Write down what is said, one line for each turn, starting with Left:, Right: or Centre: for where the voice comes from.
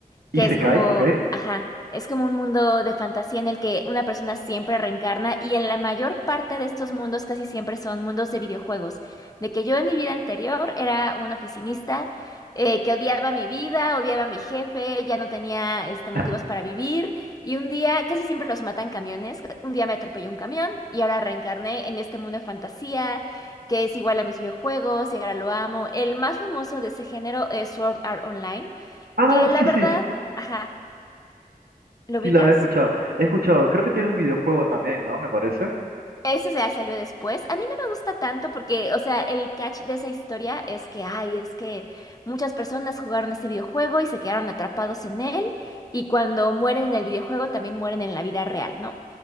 Right: Y
Left: que
Right: se
Left: es
Right: cae,
Left: como,
Right: ¿ok?
Left: ajá, es como un mundo de fantasía en el que una persona siempre reencarna y en la mayor parte de estos mundos casi siempre son mundos de videojuegos. De que yo en mi vida anterior era un oficinista eh, que odiaba mi vida, odiaba a mi jefe, ya no tenía este, motivos
Right: <laughs>
Left: para vivir y un día casi siempre los matan camiones. Un día me atropelló un camión y ahora reencarné en este mundo de fantasía que es igual a mis videojuegos y ahora lo amo. El más famoso de ese género es Sword Art Online,
Right: Ah,
Left: que la
Right: sí,
Left: verdad,
Right: sí.
Left: ajá, ¿lo
Right: Sí,
Left: ubicas?
Right: la he escuchado. He escuchado. Creo que tiene un videojuego también, ¿no? Me parece.
Left: Ese ya salió después. A mí no me gusta tanto porque, o sea, el catch de esa historia es que, ay, es que muchas personas jugaron ese videojuego y se quedaron atrapados en él y cuando mueren en el videojuego también mueren en la vida real, ¿no?